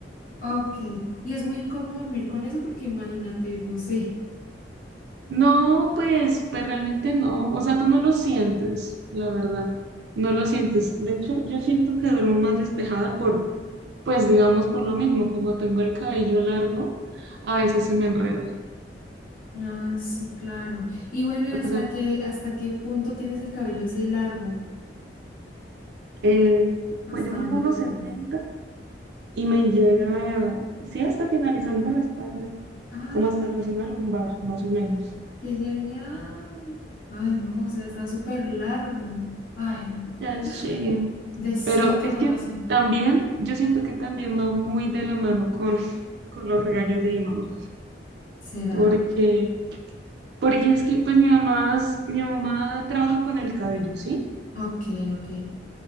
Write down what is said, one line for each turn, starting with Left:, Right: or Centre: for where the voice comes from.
Left: Ok. Y es muy incómodo dormir con eso porque imagínate, no sé.
Right: No, pues, pues realmente no. O sea, tú no lo sientes, la verdad. No lo sientes. De hecho, yo siento que duermo más despejada Pues digamos por lo mismo, como tengo el cabello largo, a veces se me enreda.
Left: Ah, sí, claro. Y bueno, ¿y hasta
Right: O sea,
Left: qué, hasta qué punto tienes el cabello así largo?
Right: eh,
Left: ¿Hasta
Right: pues yo
Left: dónde
Right: mido unos
Left: lo tienes?
Right: 70 y me llega, sí, hasta finalizando la espalda,
Left: Ay,
Right: como hasta
Left: qué
Right: la zona lumbar, más o menos.
Left: qué genial. Ay, no, o sea, está súper largo. Ay, no.
Right: Ya,
Left: <gasps>
Right: sí.
Left: Deseo
Right: Pero
Left: tenerlo
Right: es que
Left: así.
Right: también, yo siento que también va muy de la mano con, <laughs> con los regaños de mi mamá,
Left: ¿Será?
Right: porque, porque es que pues mi mamá, es- mi mamá trabaja con el cabello, ¿sí?
Left: Ok, ok.